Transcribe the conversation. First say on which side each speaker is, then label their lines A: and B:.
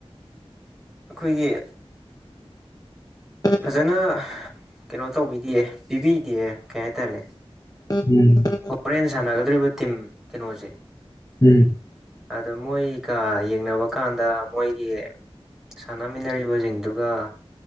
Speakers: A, in the centre; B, on the left.
A: ꯑꯩꯈꯣꯏꯒꯤ
B: ꯎꯝ
A: ꯐꯖꯅ ꯀꯩꯅꯣ ꯇꯧꯕꯤꯗꯤꯌꯦ ꯄꯤꯕꯤꯗꯤꯌꯦ ꯀꯩ ꯍꯥꯏꯇꯥꯔꯦ
B: <unintelligible>
A: ꯍꯣꯔꯦꯟ ꯁꯥꯟꯅꯒꯗꯧꯔꯤꯕ ꯇꯤꯝ ꯀꯩꯅꯣꯁꯦ
B: ꯎꯝ
A: ꯑꯗ ꯃꯣꯏꯒ ꯌꯦꯡꯅꯕ ꯀꯥꯟꯗ ꯃꯣꯏꯒꯤ ꯁꯥꯟꯅꯃꯤꯟꯅꯔꯤꯕꯁꯤꯡꯗꯨꯒ